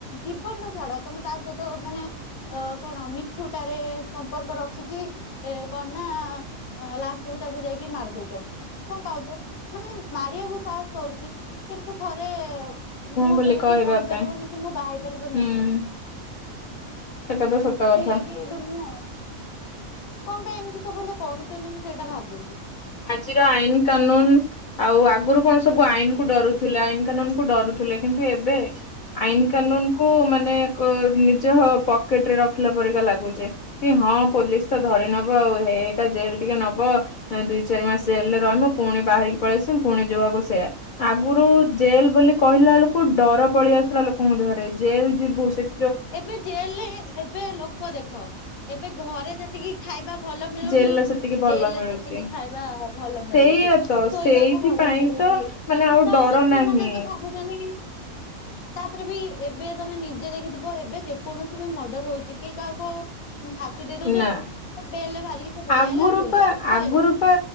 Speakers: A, on the left (about 80°); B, on the left (about 65°).
A: ଜୀବନ ଟା ଛାଡ ତମେ ତା ସହିତ ମାନେ ଅ କଣ ମିଛୁଟାରେ ସମ୍ପର୍କ ରଖିକି ଏ କଣ ନା ଲାଷ୍ଟ କୁ ତାକୁ ଯାଇକି ମାରି ଦଉଚ। କଣ ପାଉଚ, ମାନେ ମାରିଆକୁ ସାହାସ୍ ପାଉଚି କିନ୍ତୁ ଥରେ ମୁହଁ
B: ଖୋଲି
A: ଖୋଲିକି
B: କହିବା
A: କହିପାରିବୁନି
B: ପାଇଁ
A: କି ମୁଁ ବାହା ହେଇ ପାରିବିନି।
B: ହୁଁ ସେଟା ତ ସତ କଥା।
A: କିଛି ଦୁନିଆ କଣ ପାଇଁ ଏମିତି ସବୁ ଏମତି କରୁଚନ୍ତି ମୁଁ ସେଇଟା ଭାବୁଛି।
B: ଆଜିର ଆଇନ କାନୁନ ଆଉ ଆଗରୁ କଣ ସବୁ ଆଇନ କୁ ଡରୁଥିଲେ। ଆଇନ କାନୁନ କୁ ଡରୁଥିଲେ। କିନ୍ତୁ ଏବେ ଆଇନ କାନୁନ୍ କୁ ମାନେ କୁ ନିଜ ହୋ ପକେଟ୍ ରେ ରଖିଲା ପରିକା ଲାଗୁଚି। କି ହଁ ପୋଲିସ୍ ତ ଧରି ନବ, ଆଉ ହେଇ ହେଇକା ଜେଲ ଟିକେ ନବ ଅଁ, ଦୁଇ ଚାରି ମାସ ଜେଲରେ ରହିବୁ, ପୁଣି ବାହାରିକି ପଳେଇଆସିବୁ। ପୁଣି ଯୋଉଆକୁ ସେଇଆ। ଆଗରୁ ଜେଲ ବୋଲି କହିଲା ବେଳକୁ ଡର ପଳେଇ ଆସୁଥିଲା ଲୋକଙ୍କ ଦେହରେ। ଜେଲ ଯିବୁ ସେ
A: ଏବେ ଜେଲରେ ଏବେ ଲୋକ ଦେଖ, ଏବେ ଘରେ ଯେ ତିକି ଖାଇବା ଭଲ ମିଳୁନି,
B: ଜେଲରେ ସେତିକି ଭଲ
A: ଜେଲରେ
B: ମିଳୁଛି।
A: ସେତିକି ଖାଇବା ଭଲ ମିଳୁଚି।
B: ସେଇଆ ତ
A: ଶୋଇବାକୁ
B: ସେଇଥିପାଇଁ
A: ଭଲ ମିଳୁଛି।
B: ତ ମାନେ ଆଉ
A: ତ
B: ଡର
A: ସେମାନେ
B: ନାହିଁ
A: ତ ଭାବୁ ମାନେ କି ତାପରେ ବି ଏବେ ତୋମେ ନିଜେ ଦେଖିଥି ବ ଏବେ ଯେକୌଣସି ବି ମର୍ଡର ହଉଛି, କେଇ କାହାକୁ ଆଉ ଉଁ, ଫାଶୀ ଦେଇ ଦଉଚନ୍ତି,
B: ନା
A: ଏ ବେଲ୍ ରେ ବାହାରିକି ସେ ପଳି
B: ଆଗରୁ
A: ଆଇଲା ବୁଲଲା
B: ପା
A: ସଇଲା।
B: ଆଗରୁ ପା